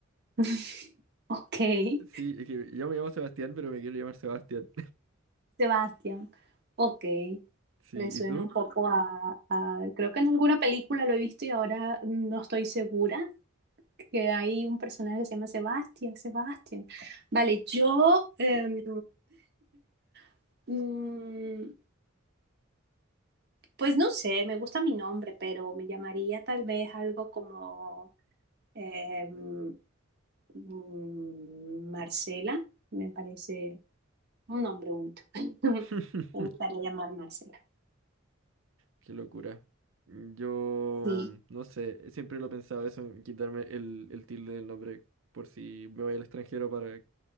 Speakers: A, on the right; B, on the right.
A: <laughs> Ok,
B: Sí, es que yo me llamo Sebastián, pero me quiero llamar Sebastián.
A: Sebastián. Ok,
B: <laughs> Sí,
A: me suena
B: ¿y tú?
A: un poco a, a- Creo que en alguna película lo he visto y ahora no estoy segura que hay un personaje que se llama Sebastián, Sebastián. Vale, yo... em, <laughs> mm, pues no sé, me gusta mi nombre, pero me llamaría tal vez algo como... Eh, mm, mm, Marcela, me parece un nombre bonito. <laughs>
B: <laughs>
A: Me gustaría llamar Marcela.
B: Qué locura. Mm, Yo
A: Sí,
B: mm, no sé, siempre lo he pensado eso, en quitarme el, el tilde del nombre por si me voy al extranjero para,